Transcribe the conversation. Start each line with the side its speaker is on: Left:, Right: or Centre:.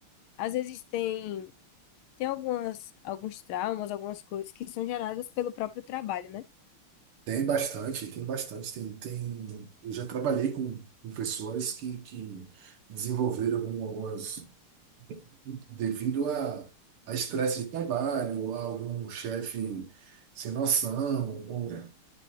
Left: às vezes têm, têm algumas, alguns traumas, algumas coisas que são geradas pelo próprio trabalho, né?
Right: Tem bastante, tem bastante. Tem, tem... Eu já trabalhei com, com pessoas que, que desenvolveram algum- algumas devido a, a estresse de trabalho, a algum chefe sem noção, ou, É.